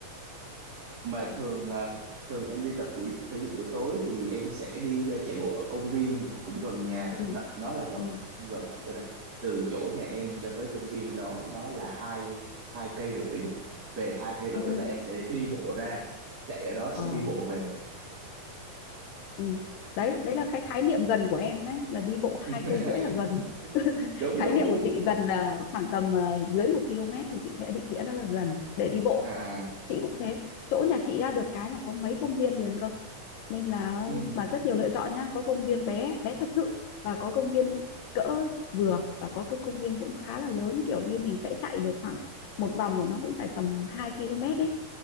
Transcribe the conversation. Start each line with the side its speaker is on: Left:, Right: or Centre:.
Right: mà thường à, thường em đi tập buổi thể dục buổi tối thì em sẽ đi à, chạy bộ ở công viên cũng gần nhà
Left: ừ
Right: nó, nó là gần
Left: ừ
Right: gần lắm tôi là từ chỗ nhà em cho tới công viên đó nó là hai hai cây rưỡi về hai cây rưỡi
Left: ừ
Right: là em sẽ đi bộ ra chạy ở đó xong
Left: ờ
Right: đi bộ về
Left: ừ đấy đấy là cái khái niệm gần của em đấy là đi bộ
Right: <laughs>
Left: hai cây rưỡi là gần <laughs>
Right: đúng
Left: khái
Right: đúng
Left: niệm của chị gần là khoảng tầm ờ, dưới một km thì chị sẽ định nghĩa nó là gần để đi bộ
Right: à
Left: chị cũng thế chỗ nhà chị á, được cái là có mấy công viên liền cơ nên là
Right: ừ
Left: bạn rất nhiều lựa chọn nhá có công viên bé bé thật sự và có công viên cỡ vừa và có cái công viên cũng khá là lớn kiểu như mình sẽ chạy được khoảng một vòng của nó cũng phải tầm 2 km đấy